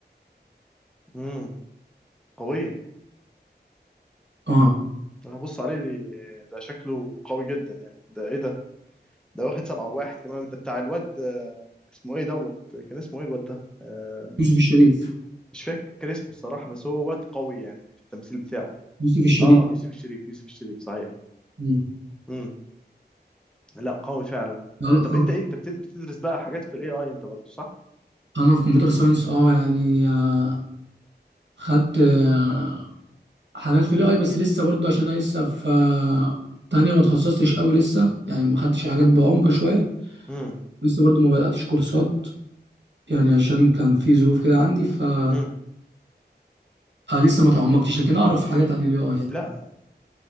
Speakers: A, in the centre; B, on the right.
A: امم قويه
B: اه
A: انا هبص عليه دي- ده شكله قوي جدا يعني ده ايه ده ده واخد سبعة وواحد كمان ده بتاع الواد آه، اسمه ايه دوت كان اسمه ايه الواد ده آه،
B: يوسف الشريف
A: مش فاكر اسمه الصراحة بس هو واد قوي يعني في التمثيل بتاعه
B: يوسف الشريف
A: اه يوسف الشريف يوسف الشريف صحيح
B: مم.
A: امم لا قوي فعلا
B: لا
A: آه،
B: لا
A: طب
B: طبعا
A: انت ايه انت بتد- بتدرس بقى حاجات في الاي اي انت برضه صح
B: انا في كمبيوتر ساينس اه يعني آه، خدت آه، حاجات في الاي بس لسه برضه عشان انا لسه في آه، تانية ما اتخصصتش قوي لسه يعني ما خدتش الحاجات بعمق شويه
A: امم
B: لسه برضه ما بداتش كورسات يعني عشان كان في ظروف كده عندي ف آه،
A: امم
B: لسه ما تعمقتش لكن اعرف حاجات عن الاي اي يعني
A: لا